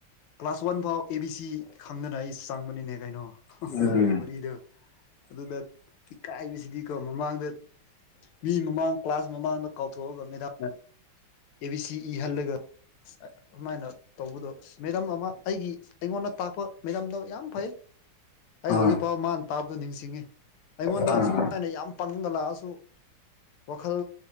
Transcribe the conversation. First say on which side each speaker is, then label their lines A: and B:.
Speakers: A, on the left (about 85°); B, on the left (about 65°).
A: ꯀ꯭ꯂꯥꯁ ꯋꯥꯟ ꯐꯥꯎ ꯑꯦ ꯕꯤ ꯁꯤ ꯈꯪꯗꯅ ꯑꯩ ꯆꯪꯕꯅꯤꯅꯦ ꯀꯩꯅꯣ
B: ꯎꯝ
A: ꯋꯥꯔꯤꯗꯣ ꯑꯗꯨꯗ ꯏꯀꯥꯏꯕꯁꯤꯗꯤꯀꯣ ꯃꯃꯥꯡꯗ ꯃꯤ ꯃꯃꯥꯡ ꯀ꯭ꯂꯥꯁ ꯃꯃꯥꯡꯗ ꯀꯥꯎꯊꯣꯛꯑꯒ ꯃꯦꯗꯥꯝꯅ ꯑꯦ ꯕꯤ ꯁꯤ ꯏ ꯍꯜꯂꯒ ꯑꯗꯨꯃꯥꯏꯅ ꯇꯧꯕꯗꯣ ꯃꯦꯗꯥꯝ ꯑꯃ ꯑꯩꯒꯤ ꯑꯩꯉꯣꯟꯗ ꯇꯥꯛꯄ ꯃꯦꯗꯥꯝꯗꯣ ꯌꯥꯝ ꯐꯩ ꯑꯩ
B: ꯑꯥ
A: ꯍꯧꯖꯤꯛꯐꯥꯎ ꯃꯥꯥꯟ ꯇꯥꯞꯗꯨ ꯅꯤꯡꯁꯤꯡꯉꯤ ꯑꯩꯉꯣꯟꯗ
B: ꯑꯥ
A: ꯁꯨꯃꯥꯏꯅ ꯌꯥꯝ ꯄꯪꯉꯒ ꯂꯥꯛꯑꯁꯨ ꯋꯥꯈꯜ